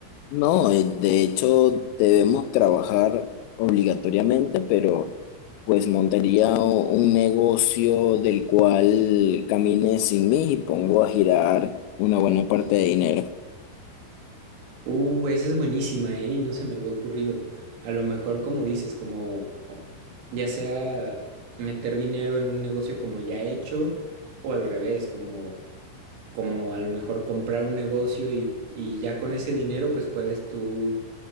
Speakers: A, on the left; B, on the right.
A: No, eh, de hecho debemos trabajar obligatoriamente, pero pues montaría o- un negocio del cual camine sin mí y pongo a girar una buena parte de dinero.
B: Uh, esa es buenísima, ¿eh? Y no se me había ocurrido. A lo mejor, como dices, como ya sea meter dinero en un negocio como ya hecho o al revés, como como a lo mejor comprar un negocio y, y ya con ese dinero pues puedes tú